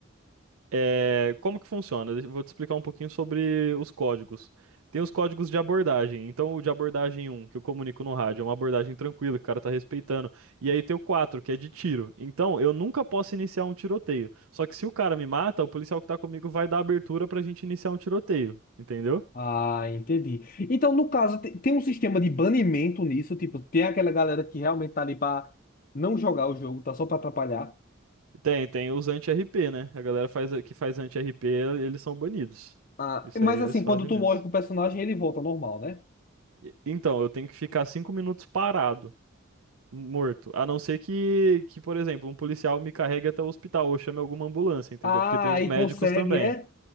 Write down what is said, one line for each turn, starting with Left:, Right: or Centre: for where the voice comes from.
Right: é, como que funciona? Eu Vou te explicar um pouquinho sobre os códigos. Tem os códigos de abordagem. Então, o de abordagem um que eu comunico no rádio, é uma abordagem tranquila, que o cara tá respeitando. E aí tem o 4 que é de tiro. Então, eu nunca posso iniciar um tiroteio. Só que se o cara me mata, o policial que tá comigo vai dar abertura pra gente iniciar um tiroteio, entendeu?
Left: Ah, entendi. Então, no caso, te- tem um sistema de banimento nisso, tipo, tem aquela galera que realmente tá ali pra não jogar o jogo, tá só pra atrapalhar.
Right: Tem, tem os anti-RP, né? A galera faz, que faz anti-RP, eles são banidos.
Left: Ah,
Right: Isso
Left: mas
Right: aí eles
Left: assim, quando
Right: fazem
Left: tu
Right: mesmo.
Left: morre com o personagem, ele volta ao normal, né?
Right: E- Então, eu tenho que ficar cinco minutos parado, morto. A não ser que, que, por exemplo, um policial me carregue até o hospital ou chame alguma ambulância, entendeu?
Left: Ah,
Right: Porque tem os
Left: aí
Right: médicos
Left: consegue,
Right: também.
Left: é?